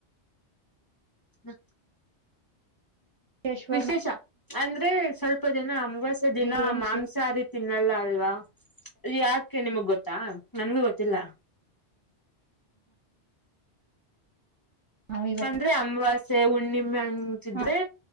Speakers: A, on the left; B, on the right.
A: ಹ್ಮ
B: ವಿಶೇಷವಾಗಿ
A: ವಿಶೇಷ ಅಂದ್ರೆ ಸ್ವಲ್ಪ ನ ವಸ
B: ಬರೀ
A: ದಿನ
B: ಏನ್ ವಿಶೇಷ
A: ಮಾಂಸತಿ ತಿನ್ನಲ್ಲ ಅಲ್ವಾ ಅದು ಯಾಕೆ ನಿಮಗ್ ಗೊತ್ತಾ ನನ್ಗೂ ಗೊತ್ತಿಲ್ಲ
B: ನಾವ್ ಇವತ್ತು
A: ಅಂದ್ರೆ ಅಮಾಸ್ಯೆ ಹುಣ್ಣಿಮೆ ಅಂತಿದ್ರೆ
B: ಹ